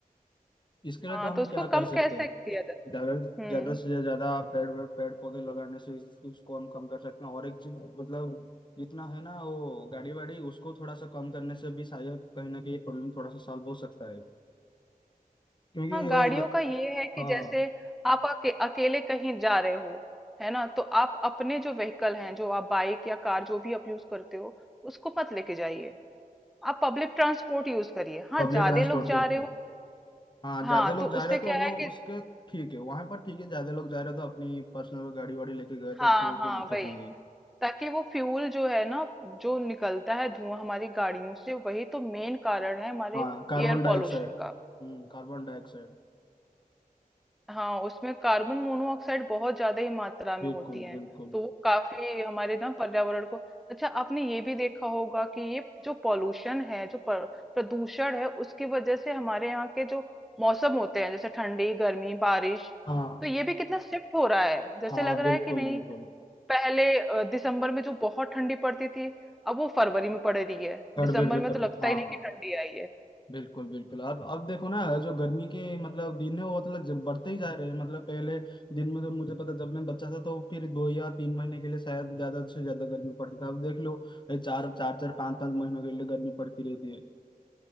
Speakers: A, on the left (about 30°); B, in the centre.
A: इसके लिए
B: हाँ
A: तो हम
B: तो उसको
A: क्या कर
B: कम
A: सकते
B: कैसे
A: हैं
B: किया जा सकता
A: ज्यादा
B: है?
A: ज्यादा
B: हम्म
A: से ज्यादा पेड़ पेड़ पौधे लगाने से इस- इसको हम कम कर सकते हैं और एक चीज मतलब जितना है ना वो गाड़ी वाड़ी उसको थोड़ा सा कम करने से भी शायद कहीं ना कहीं प्रॉब्लम थोड़ा सा सॉल्व हो सकता है क्योंकि
B: हाँ गाड़ियों
A: वो ग-
B: का ये है कि
A: हाँ
B: जैसे आप अके, अकेले कहीं जा रहे हो है ना तो आप अपने जो व्हीकल हैं जो आप बाइक या कार जो भी आप यूज करते हो उसको मत लेके जाइए आप पब्लिक ट्रांसपोर्ट यूज करिए हाँ
A: पब्लिक
B: ज्यादा
A: ट्रांसपोर्ट
B: लोग जा
A: बिल्कुल
B: रहे हो
A: हाँ
B: हाँ
A: ज्यादा लोग
B: तो
A: जा
B: उससे
A: रहे हैं
B: क्या
A: तो वो
B: है कि
A: उसके ठीक है वहां पर ठीक है ज्यादा लोग जा रहे हैं तो अपनी पर्सनल गाड़ी वाड़ी लेके गए
B: हाँ
A: तो फिर वो
B: हाँ
A: कोई दिक्कत
B: वही
A: नहीं है
B: ताकि वो फ्यूल जो है ना जो निकलता है धुआं हमारी गाड़ियों से वही तो मेन कारण है हमारे
A: हाँ कार्बन
B: एयर
A: डाइऑक्साइड
B: पॉल्यूशन का
A: हम्म कार्बन डाइऑक्साइड
B: हाँ उसमें कार्बन मोनोऑक्साइड बहुत ज्यादा ही मात्रा में
A: बिल्कुल
B: होती है
A: बिल्कुल
B: तो वो काफी हमारे ना पर्यावरण को अच्छा आपने ये भी देखा होगा कि ये जो पॉल्यूशन है जो पर- प्रदूषण है उसकी वजह से हमारे यहाँ के जो मौसम होते हैं जैसे ठंडी गर्मी बारिश
A: हाँ
B: तो ये भी कितना शिफ्ट हो रहा है जैसे
A: हाँ
B: लग रहा
A: बिल्कुल
B: है कि नहीं
A: बिल्कुल
B: पहले अ, दिसंबर में जो बहुत ठंडी पड़ती थी अब वो फरवरी में पड़ रही है
A: थर्ड
B: दिसंबर
A: बेड रिपेयर
B: में तो लगता
A: हाँ
B: ही नहीं कि ठंडी आई है
A: बिल्कुल बिल्कुल अब अब देखो ना जो गर्मी के मतलब दिन है वो मतलब जब बढ़ते ही जा रहे हैं मतलब पहले दिन में तो मुझे पता जब मैं बच्चा था तो फिर दो या तीन महीने के लिए शायद ज्यादा से ज्यादा गर्मी पड़ती था अब देख लो ये चार चार चार पाँच पाँच महीनों के लिए गर्मी पड़ती रहती है